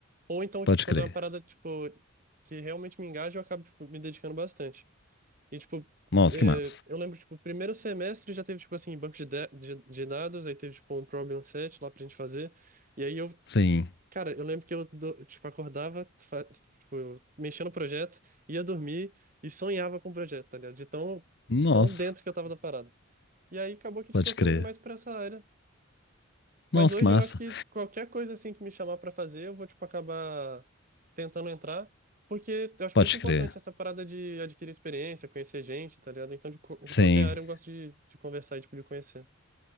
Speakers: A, on the right; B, on the left.
A: Ou então, tipo,
B: Pode
A: quando
B: crer.
A: é uma parada, tipo, que realmente me engaja, eu acabo, tipo, me dedicando bastante. E, tipo,
B: Nossa,
A: eh,
B: que massa.
A: eu lembro, tipo, primeiro semestre já teve, tipo, assim, banco de, da- de, de dados, aí teve, tipo, um problem set lá pra gente fazer. E aí eu,
B: Sim.
A: cara, eu lembro que eu, do- tipo, acordava, fa- tipo, mexia no projeto, ia dormir e sonhava com o projeto, tá ligado? De tão,
B: Nossa,
A: de tão dentro que eu tava da parada. E aí acabou que,
B: pode
A: tipo, eu fui
B: crer.
A: indo mais pra essa área. Mas
B: Nossa,
A: hoje
B: que massa.
A: eu acho que qualquer coisa assim que me chamar pra fazer, eu vou tipo acabar tentando entrar, porque eu acho
B: Pode
A: muito importante
B: crer.
A: essa parada de adquirir experiência, conhecer gente, tá ligado? Então de, co- de
B: Sim,
A: qualquer área eu gosto de, de conversar e tipo de conhecer.